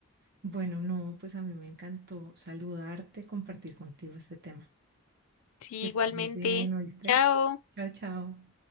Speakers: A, on the right; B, on the left.
A: Bueno, no, pues a mí me encantó saludarte, compartir contigo este tema.
B: Sí,
A: Que estés
B: igualmente.
A: muy bien, ¿oíste?
B: Chao.
A: Chao, chao.